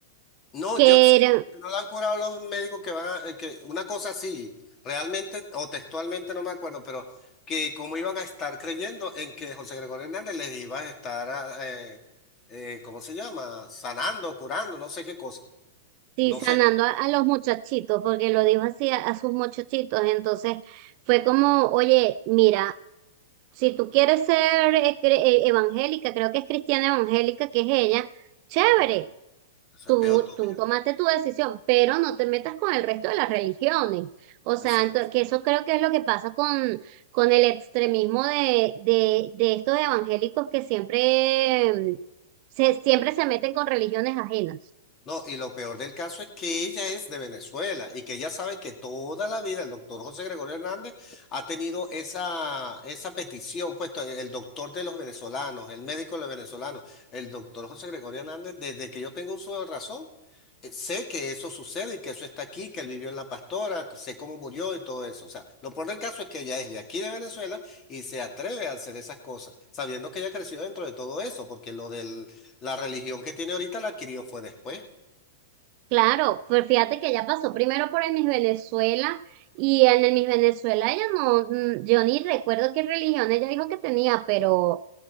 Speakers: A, on the left; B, on the right.
A: No,
B: que
A: yo, si
B: era-
A: no la han curado los médicos que van, a- eh, que una cosa así, realmente o textualmente no me acuerdo, pero que cómo iban a estar creyendo en que José Gregorio Hernández les iba a estar, ah, eh, eh, ¿cómo se llama? Sanando, curando, no sé qué cosa.
B: Sí,
A: No
B: sanando
A: sé, no.
B: a, a los muchachitos, porque lo dijo así a, a sus muchachitos. Entonces fue como, oye, mira, si tú quieres ser eh, cre- eh, evangélica, creo que es cristiana evangélica, que es ella, chévere,
A: Qué bola. Eso
B: tú,
A: es peo tuyo.
B: tú tomaste tu decisión, pero no te metas con el resto de las religiones. O
A: Hoy
B: sea,
A: se
B: ento-
A: pasa.
B: que eso creo que es lo que pasa con, con el extremismo de, de, de estos evangélicos que siempre, eh, se, siempre se meten con religiones ajenas.
A: No, y lo peor del caso es que ella es de Venezuela y que ella sabe que toda la vida el doctor José Gregorio Hernández ha tenido esa, esa petición, puesto el doctor de los venezolanos, el médico de los venezolanos, el doctor José Gregorio Hernández, desde que yo tengo uso de razón, eh, sé que eso sucede y que eso está aquí, que él vivió en La Pastora, que sé cómo murió y todo eso. O sea, lo peor del caso es que ella es de aquí de Venezuela y se atreve a hacer esas cosas, sabiendo que ella creció dentro de todo eso, porque lo de la religión que tiene ahorita la adquirió fue después.
B: Claro, pues fíjate que ella pasó primero por el Miss Venezuela y en el Miss Venezuela ella no, mm, yo ni recuerdo qué religión ella dijo que tenía, pero,